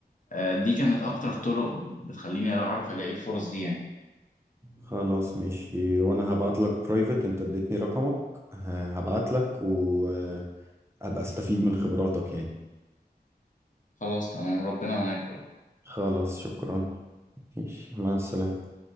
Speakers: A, on the left; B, on the right.
A: آه، دي كانت أكتر طرق بتخليني أعرف ألاقي الفرص دي يعني
B: خلاص ماشي وأنا هبعت لك برايفت أنت اديتني رقمك ه- هبعت لك وأبقى أستفيد من خبراتك يعني
A: خلاص تمام ربنا معاك يا رب
B: خلاص شكرا ماشي مع السلامة